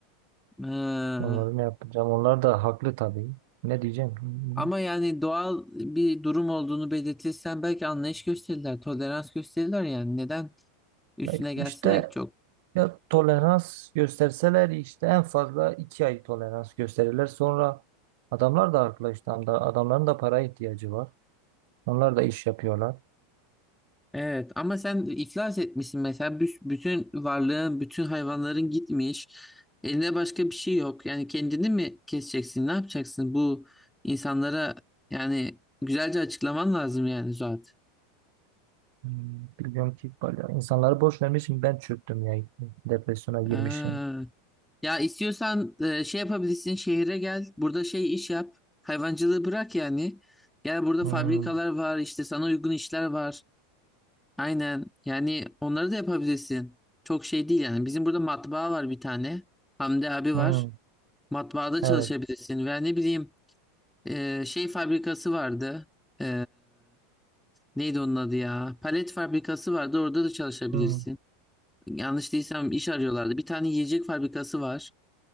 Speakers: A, in the centre; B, on the right (about 55°).
A: Ee,
B: Onları ne yapacağım? Onlar da haklı tabii. Ne diyeceğim? Hmm.
A: ama yani doğal bir durum olduğunu belirtirsen belki anlayış gösterirler, tolerans gösterirler yani. Neden üstüne
B: Ya
A: gelsinler
B: İşte
A: ki çok?
B: Ya tolerans gösterseler işte en fazla iki ay tolerans gösterirler. Sonra adamlar da haklı işte. Adamda- Adamların da para ihtiyacı var. Onlar da iş yapıyorlar.
A: Evet ama sen iflas etmişsin mesela Büs- bütün varlığın, bütün hayvanların gitmiş. Eline başka bir şey yok. Yani kendini mi keseceksin? Ne yapacaksın? Bu insanlara yani güzelce açıklaman lazım yani Zuhat.
B: Hmm, Bilmiyorum ki bayağı insanları boş vermişim. Ben çöktüm ya. Depresyona girmişim.
A: Ha. Ya istiyorsan e, şey yapabilirsin şehire gel. Burada şey iş yap. Hayvancılığı bırak yani. Gel burada
B: Hmm,
A: fabrikalar var işte sana uygun işler var. Aynen. Yani onları da yapabilirsin. Çok şey değil yani. Bizim burada matbaa var bir tane. Hamdi abi
B: hmm,
A: var. Matbaada çalışabilirsin.
B: evet.
A: Veya ne bileyim e, şey fabrikası vardı. E, neydi onun adı ya? Palet fabrikası vardı. Orada da çalışabilirsin.
B: hmm.
A: Yanlış değilsem iş arıyorlardı. Bir tane yiyecek fabrikası var.